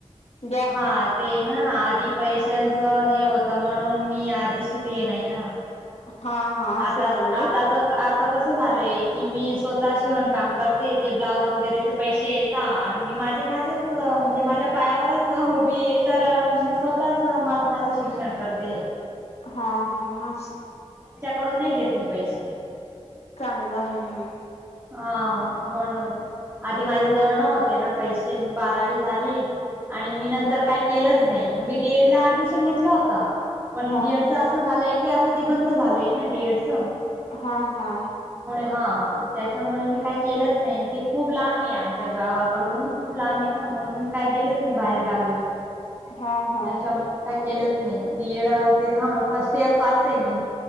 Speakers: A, on the left (about 65°); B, on the right (about 20°).
A: गॅप
B: हा ते ना आधी पैसे- त्यांच हे होतं म्हणून मी आधी शिकले नाही ना-
A: हा हा असं
B: आता
A: झालय-
B: आताच आता कसं झालंय की मी स्वतः शिवण काम करते ते ब्लाऊज वगैरेचे पैसे येता आणि मी माझे माझेच म्हणजे माझ्या पायावरच उभी आहे तर मी स्वतःच माझं माझं शिक्षण करते-
A: हा हा.
B: कडून नाही घेत मी पैसे
A: चांगलं आहे मग
B: हा म्हणून. आधी माझ्या जवळ नव्हते ना पैसे बारावी झालीय आणि मी नंतर काय केलंच नाही- मी डीएड लाडमिशन घेतला होता पण
A: हा
B: डीएड अस झालं- की आता ते बंद झालंय- ना डी एड च -
A: हा हा.
B: हा त्याच्यामुळे मी काही केलंच नाही ते खूप लांबे हे आमच्या गावाकडून खूप लांब आहे ना म्हणून मी काय गेलेच नाही बाहेर गावी.
A: हा हा
B: याच्यामुळे काय केलं. नाही बीएड अ ते थांबलं फर्स्ट इयर पास आहे मी.